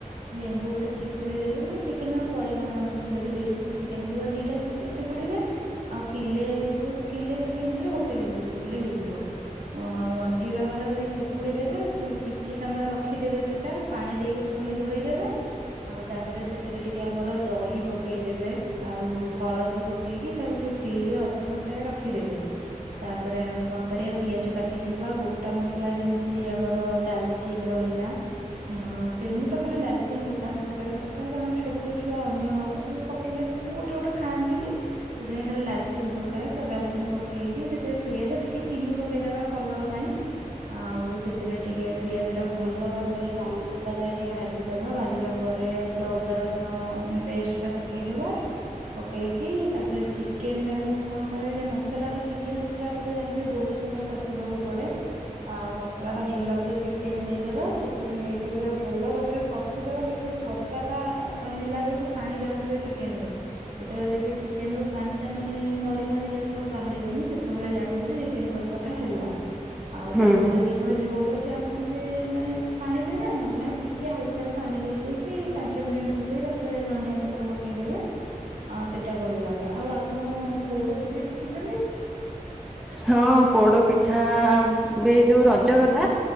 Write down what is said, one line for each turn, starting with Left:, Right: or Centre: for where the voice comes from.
Right: ଲେମ୍ବୁ ଗୋଟେ ଚିପ ଚିପୁଡିଦେବେ ମାନେ ଚିକେନ ର ପରିମାଣ ଅନୁସାରେ, ଯଦି ବେଶୀ ଚିକେନ ଥିବ ଦିଟା ଚିପୁଡ଼ିବେ। ଆଉ କିଲେରୁ କିଲେ ଚିକେନ୍ ଥିଲେ ଗୋଟେ ଲେମ୍ବୁ ଚିପୁଡ଼ିଲେ ହେଇଯିବ। ଆ ମନ ଚିର ବାହାର କରି ଚିପୁଡ଼ି ଦେବେ, ସେ କିଛି ସମୟ ରଖିଦେବେ ସେଟା, ପାଣି ଦେଇକି ପୁଣି ଧୋଇଦେବେ। ଆଉ ତାପରେ ସେଥିରେ ଟିକେ ଆମର ଦହି ପକେଇଦେବେ ଆଉ ହଳଦୀ ପକେଇ ପକେଇକି ତାକୁ ଟିକେ ଫ୍ରିଜ ରେ ଅଧଘଣ୍ଟାଏ ରଖିଦେବେ। ତାପରେ ଆମେ କଣ କରିବା ପିଆଜ କାଟିଥିବା। ଗ ଗୋଟା ମସଲା ଯେମିତି ଆମର ଡାଲଚିନ୍ ରହିଲା। ହ ସେ ମୁଁ ତ ଖାଲି ଡାଲଚିନି ଗୋଟା ମସଲାରେ ପକାଏ କାରଣ ଛୋଟ ଛୁଆ ଅନ୍ୟ ପକେଇଲେ। ଗୋଟେ ଗୋଟେ ଖାଆନ୍ତିନି। ସେଥିପାଇଁ ଖାଲି ଡାଲଚିନି ପକାଏ ତ ଡାଲଚିନି ପକେଇକି ସେଥିରେ ପିଆଜ ଟିକେ ଚିନି ପକେଇଦବା କଲର ପାଇଁ। ଆଉ ସେଥିରେ ଟିକେ ପିଆଜ ଟାକୁ ଭଲ ଭାବରେ ନାଲି ହେଲା ଯା ଟିକେ ଭାଜି ଦେବା ଭାଜିଲା ପରେ ଏଥିରେ ଅଦା ରସୁଣ ମାନେ ପେଷ୍ଟ ଟା ପକେଇଦବା। ପକେଇକି ତାପରେ ଚିକେନ ଟାକୁ ମୁଁ କଣ କହିବି ମସଲା ଟା ଚିକେନ ମସଲା ଟା ତ ଜାଣିଥିବେ ବହୁତ ସମୟ ପଶିବାକୁ ପଡେ। ଆଉ ମସଲା ଟା ହେଇଗଲା ପରେ, ଚିକେନ ଦେଇଦବା ଚିକେନ ଦେଇ ସାରିକି ତା ଆଉ ଭଲ ଭାବରେ କଷିଦବା ଦେଖି କଷା ଟା ହେଲା ବେଳକୁ ପାଣି ବାହାରୁଥିବ ଚିକେନ ରୁ। ଯେତେବେଳେ ଦେଖିବେ ଚିକେନ ରୁ, ପାଣି ଟା ମାନେ ମରି ମରି ଯାଉଥିବା ବାହାରିବନି, ସେତେବେଳେ ଜାଣିବେ ଯେ ଚିକେନ କଷା ଟା ହେଲା ଆଉ
Centre: ହୁଁ।
Right: ତାପରେ
Centre: ହୁଁ।
Right: ଯଦି ଆପଣ ଝୋଳ ଚାହୁଁଥିବେ ଏ ମାନେ ପାଣି ଦେବେ, ନହେଲେ ନାହିଁ ଟିକେ ହାଲକା ରେ ପାଣି ଦେଇକି ପାଞ୍ଚ ମିନିଟ ଖଣ୍ଡେ ଫୁଟେଇ ରେ ଧନିଆ ପତ୍ର ପକେଇଦେବେ। ହଁ ସେଟା ଭଲ ଲାଗେ ଆଉ ଆପଣ ପୋଡ ପିଠା ଶିଖିଛନ୍ତି।
Centre: ହଁ ପୋଡ଼ ପିଠା ଏବେ ଯୋଉ ରଜ ଗଲା।